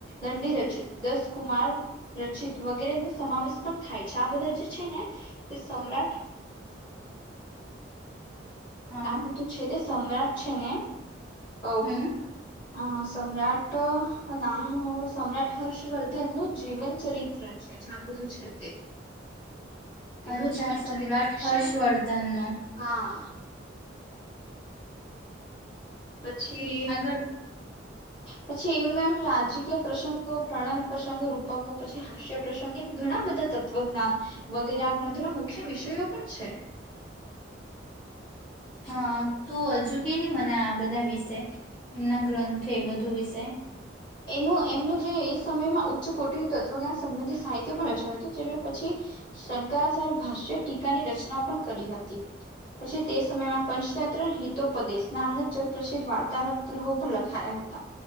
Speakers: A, on the left (about 25°); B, in the centre.
A: દંડી રચિત દસ કુમાર રચિત વગેરે નો સમાવેશ પણ થાય છે આ બધા જે છે ને તે સમ્રાટ
B: હા
A: આ બધું છે તે સમ્રાટ છે ને ઓવ
B: હમ
A: હા સમ્રાટ નામ હો સમ્રાટ હર્ષવર્ધન નું જીવન ચરિત્ર છે જા બધું છે તે. એમનું
B: અચ્છા
A: જીવન
B: સમ્રાટ
A: ચરિત્ર વિશે
B: હર્ષવર્ધન નું.
A: હા પછી
B: આગળ
A: પછી એમના એમ રાજકીય પ્રસંગો પ્રણન પ્રસંગો રૂપકો પછી હાસ્ય પ્રસંગ એમ ઘણા બધા તત્વજ્ઞાન વગેરે આ ગ્રંથોના મુખ્ય વિષયો પણ છે.
B: હા તું હજુ કે ની મને આ બધા વિશે એમના ગ્રંથે બધું વિશે.
A: એમનુ એમનું જે સમયમાં ઉચ્ચ કોટિર તત્વજ્ઞાન સંબંધિત સાહિત્ય પણ રચાયું હતું જેનું પછી શંકરાચાર્ય ભાષ્ય ટીકાની રચના પણ કરી હતી પછી તે સમયમાં પંચતંત્ર હિતોપદેશ નામનું જગ પ્રસિદ્ધ વાર્તાના ગ્રહો પણ લખાયા હતા